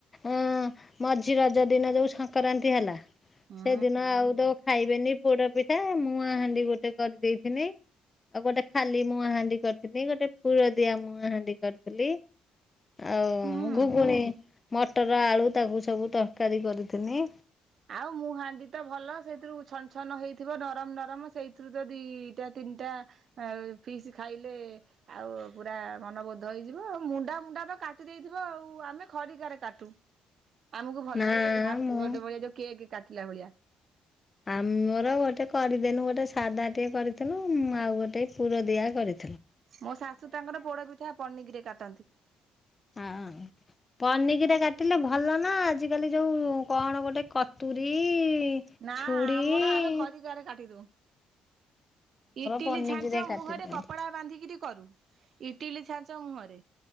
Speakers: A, on the left; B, on the right.
A: ଏଁ ମଝି ରଜ ଦିନ ଯୋଉ ସଂକ୍ରାନ୍ତି ହେଲା।
B: ହୁଁ
A: ସେଦିନ ଆଉ ତ ଖାଇବେନି ପୋଡା ପିଠା, ମୁଁଆଁ ହାଣ୍ଡି ଗୋଟେ କରିଦେଇଥିନି। ଆଉ ଗୋଟେ ଖାଲି ମୁଁଆଁ ହାଣ୍ଡି କରିଥିଲି। ଗୋଟେ ଫୁର ଦିଆ ମୁଁଆଁ ହାଣ୍ଡି କରିଥିଲି। ଆଉ
B: ହୁଁ।
A: ଘୁଗୁଣି ମଟର ଆଳୁ ତାକୁ ସବୁ ତରକାରୀ କରିଥିନି।
B: ଆଉ ମୁଁ ହାଣ୍ଡି ତ ଭଲ ସେଇଥିରୁ ଛନ ଛନ ହେଇଥିବ, ନରମ ନରମ ସେଇଥିରୁ ତ ଦି-ଇ -ଟା ତିନିଟା ଆ ଫିସ୍ ଖାଇଲେ ଆଉ ପୁରା ମନବୋଧ ହେଇଯିବ। ଆ ମୁଣ୍ଡା ମୁଣ୍ଡା କାଟି ଦେଇଥିବ ଆଉ। ଆମେ ଖରିକାରେ କାଟୁ ଆମକୁ ଭଲ
A: ନା
B: ନାଗେ। ହାପିବଡେ
A: ମୁଁ
B: ଭଳିଆ ଯଉ କେକ୍ କାଟିଲା ଭଳିଆ।
A: ଆମୋର ଗୋଟେ କରିଦେନୁ ଗୋଟେ ସାଧା ଟିକେ କରିଥିନୁ। ଉମ ଆଉ ଗୋଟେ ପୁର ଦିଆ କରିଥି
B: ମୋ ଶାଶୁ ତାଙ୍କର ପୋଡ ପିଠା ପନିକିରେ କାଟନ୍ତି।
A: ହଁ। ପନିକିରେ କାଟିଲେ ଭଲ ନା। ଆଜ କାଲି ଯୋଉ କଣ ଗୋଟେ କଟୁରୀ-ଇ
B: ନା
A: ଛୁଡ଼ି-ଇ
B: ଆମର ଆମେ ଖରିକାରେ କାଟିଦଉ। ଇଟିଲି
A: ପନିକିରେ
B: ଛାଞ୍ଚ
A: କାଟିଦିଅନ୍ତି
B: ମୁହଁରେ କପଡା ବାନ୍ଧିକିରି କରୁ। ଇଟିଲି ଛାଞ୍ଚ ମୁହଁ ରେ